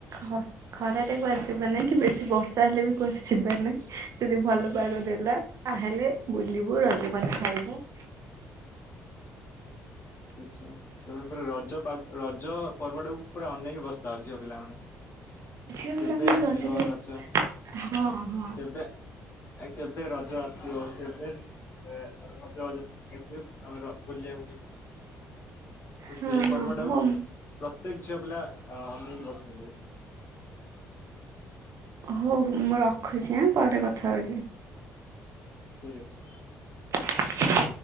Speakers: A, on the right; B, on the left.
A: ହଁ। ଖରାରେ କୁଆଡେ ଯିବାର ନାହିଁ କି ବେଶୀ ବର୍ଷା ହେଲେ ବି କୁଆଡେ ଯିବାର ନାହିଁ ସେ ଯଦି ଭଲ ପାଗ ଦେଲା। ତା ହେଲେ ବୁଲିବୁ ରଜପାନ ଖାଇବୁ।
B: ଆଛା। ତମେ ପୁରା ରଜ ପାଗ ରଜ ପର୍ବ ଟାକୁ ପୁରା ଅନେଇକି ବସି ଥାଅ ଝିଅ ପିଲାମାନେ।
A: ଝିଅ ପିଲାମାନେ
B: କେବେ ଆସିବ
A: ରଜରେ
B: ରଜ।
A: ହଁ ହଁ
B: କେବେ ଆ କେବେ ରଜ ଆସିବ। କେଭେ ବେ ଆମେ ସଜ ବାଜ। ଏବେ ଆମେ ବୁଲିବାକୁ ଯିବୁ। ତ
A: ହଁ
B: ସେଇ
A: ହଁ
B: ପର୍ବ ଟାକୁ
A: ହଉ
B: ପ୍ରତ୍ୟେକ ଝିଅ ପିଲା ଅନେଇକି ବସିଥିବେ।
A: ହଉ ହଉ ମୁଁ ରଖୁଛି ଆ। ପରେ କଥା ହଉଛି।
B: ଠିକ୍ ଅଛି।
A: <unintelligible>